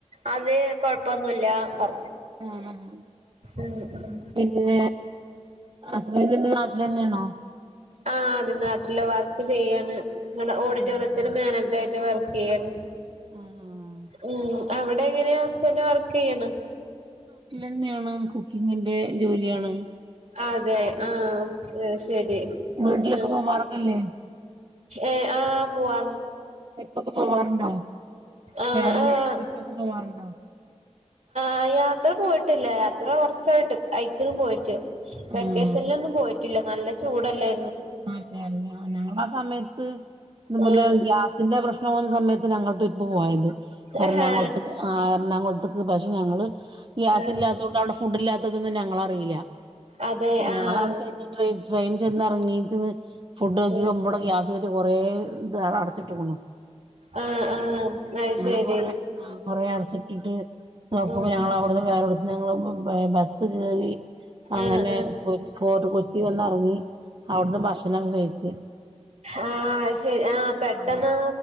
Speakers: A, on the right (about 70°); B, on the right (about 45°).
A: അതിൽ കൊഴപ്പൊന്നുമില്ല പറഞ്ഞു
B: ആഹ ആഹ്
A: ഉം ഉം
B: പിന്നെ ആ റിനു ഇന്ന് നാട്ടിൽ വന്ന്ണോ
A: ആ അത് നാട്ടില് വർക്ക് ചെയ്യാണ് ങ്ങാട്ട് ഓഡിറ്റോറിയത്തിൽ
B: ആഹ്
A: മാനേജർ ആയിട്ട് വർക്ക് ഏഹ്
B: ആഹ്
A: ഉം അവിടെ ഇവിടെ എങ്ങനെ ഹസ്ബൻഡ് വർക്ക് ചെയ്യണ
B: ന്നെയാണ് കുക്കിങ്ങിന്റെ ജോലിയാണ്
A: അതെ ആഹ ശരി
B: വീട്ടിലൊക്കെ
A: ആഹ്
B: പോവാറൊക്കെല്ലേ
A: ഏ ആ് പോവാ
B: ട്രിപ്പോക്കെ പോവാറുണ്ടോ
A: ആഹ്
B: ഫാമിലി
A: ആഹ്
B: ട്രിപ്പോക്കെ പോവാറുണ്ടോ
A: ആ യാത്ര പോയിട്ടില്ല യാത്ര കുറച്ചായിക്ക്ണ് പോയിട്ട് വെക്കേഷനിലൊന്നും
B: ആഹ്
A: പോയിട്ടില്ല നല്ല ചൂടല്ലേ
B: അതെ അതെ ആ ഞങ്ങളെ സമയത്ത്
A: ആഹ്
B: എഹ് ഗ്യാസിന്റെ പ്രശ്നം വന്ന സമയത്ത് ഞങ്ങൾട്രിപ്പ് പോയത് എറണാകുളത്ത്
A: ആഹാ
B: ആ എറണാകുളത്തക്ക് പക്ഷെ ഞങ്ങള് ഗ്യാസ്
A: ആഹ്
B: ഇല്ലാത്ത കൊണ്ട് അവിടെ ഫുഡ് ഇല്ലാത്തത് തൊന്നും ഞങ്ങൾ അറിയില്ല
A: അതെ
B: ഞങ്ങൾ
A: ആഹ്
B: അവിടെ ചെന്നിട്ട് ട്രയ് ട്രെയിൻ ചെന്നെറങ്ങി ഫുഡ് നോക്കി
A: ഉം
B: നമ്മടെ ഗ്യാസട്ട് കൊറെ ഇത് അടച്ചിട്ട്ക്കണു
A: ആഹ് ആഹ് അത്
B: അങ്ങനെ
A: ശരി
B: കൊറെ കൊറെ അടച്ചിട്ടിട്ട് നോക്കുംപ
A: ഉം
B: ഞങ്ങള്
A: ഉം
B: അവിടുന്ന് വേറെ ങ്ങള് ബ ബസ് കേറി അങ്ങനെ
A: ആഹ്
B: കൊ ഫോർട്ട് കൊച്ചി വന്നിറങ്ങി അവിടുത്തെ ഭക്ഷണംക്ക കഴിച്ച്
A: ആഹ് ആഹ് അത് ശരി ആഹ് പെട്ടെന്ന്
B: അങ്ങനെ